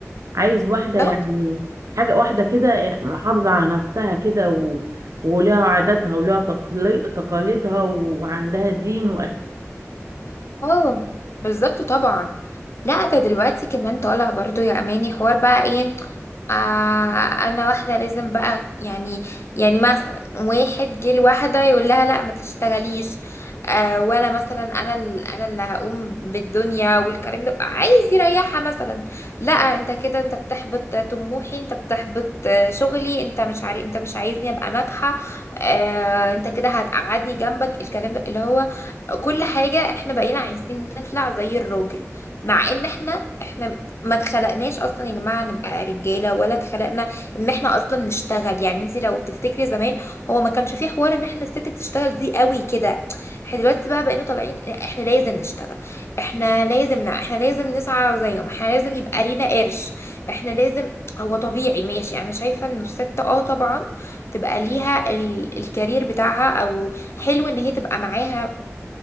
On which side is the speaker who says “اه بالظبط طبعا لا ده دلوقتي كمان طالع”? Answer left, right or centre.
Left